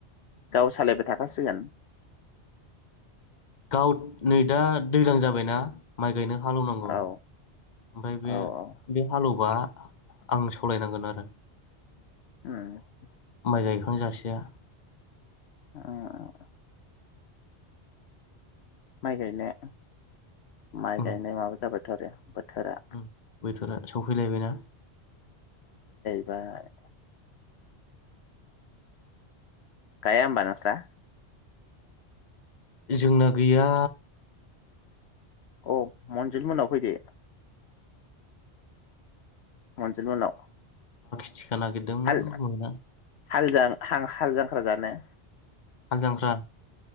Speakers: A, on the left (about 70°); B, on the left (about 45°).
A: गाव सालायबाय थाखासिगोन।
B: गाव नै दा दैज्लां जा बायना माइ गायनो। हालेवनांगौ
A: औ
B: ओमफ्राय
A: औ औ
B: बे हालेवबा आं सालायनांगोन आरो।
A: ओम
B: माइ गायखां जासिया
A: ओ ओ ओ। माइ गायनो माइ
B: उम
A: गायनो माबा जाबाय थ' आरो बोथोरा
B: उम बोथोरा सफैलायबायना
A: ओमफ्राय गायाहोनबा नोंस्रा?
B: जोंना गैया
A: औ मनजिल मोननाव फैदो मनजिल मोननाव।
B: थिखा नागिरदोंमोन
A: हाल
B: मोनना
A: हाल जां हाल जांख्रा जानो
B: हाल जांख्रा